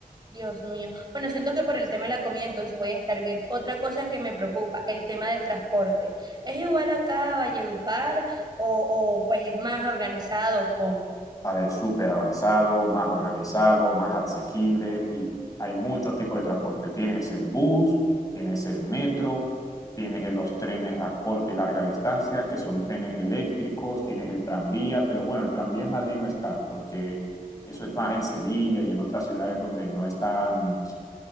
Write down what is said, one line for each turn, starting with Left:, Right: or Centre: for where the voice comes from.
Right: Dios mío. Bueno, siento que por el tema de la comida entonces voy a estar bien. Otra cosa que me preocupa, el tema del transporte. ¿Es igual acá a Valledupar o, o pues es más organizado como?
Left: A ver, súper avanzado, más organizado, más asequible y hay muchos tipos de transporte. Tienes el bus, tienes el metro, tienes los trenes a corta y larga distancia, que son trenes eléctricos, tienes el tranvía, pero bueno, el tranvía en Madrid no está, porque eso es más en Sevilla y en otras ciudades donde no está, no